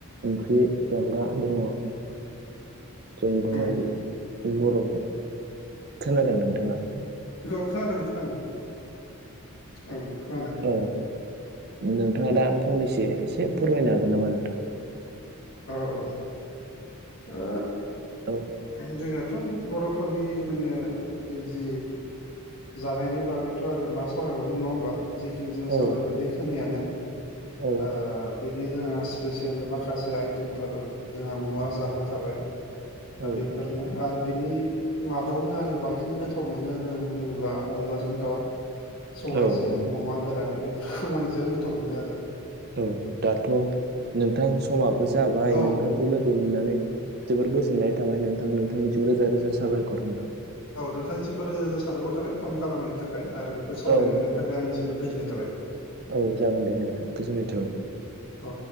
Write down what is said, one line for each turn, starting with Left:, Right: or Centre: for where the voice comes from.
Right: ओंख्रि जाग्रा दङ। जोंनि दहाय
Left: उम
Right: बर' खोनादों नोंथाङा
Left: औ खोनादों खोनादों औ खोनादों।
Right: औ नोंथाङा दा फंनैसो एसे फोरमायनो हागोन नामा नोंथां?
Left: औ औ ओ
Right: औ
Left: जोंनाथ' थ' बर'फोरनि माने जि जानायनि बागैथ' आरो मा सावरायबावनो नङा होमबा जिखिनि जोङो
Right: औ
Left: सावरायबाय बेखिनियानो
Right: औ
Left: ओ बिदि जोंङो स्पेसियेल माखासे आइटेमफोर जोंहा मुवा जाग्रा थाबाय। दा
Right: औ
Left: बेफोरनो आरो बेनि मादावनो आङो बांसिन गोथाव मोनो होननानै बुङोब्ला अनलाजों दाउ। सबायाइजों
Right: औ
Left: अमा गोरान बेफोरखौ मानजों गोथाव मोनो आरो।
Right: औ दाथ' नोंथां समाबो जाबाय
Left: औ
Right: नोंथांखौ लोगो मोननानै जोबोद गोजोननाय थाबाय नोंथां नोंथांनिसिम रोजा रोजा साबायखर नोंथां।
Left: औ नोंथांनिसिमबो रोजा रोजा साबायखर थाबाय फन खालामनायनि थाखाय आरो बेखौ सावरायनो
Right: औ
Left: मोननायनि थाखाय आंन जोबोर गोजोन्नाय थाबाय।
Right: औ जागोन दे नोंथां गोजोननाय थाबाय।
Left: औ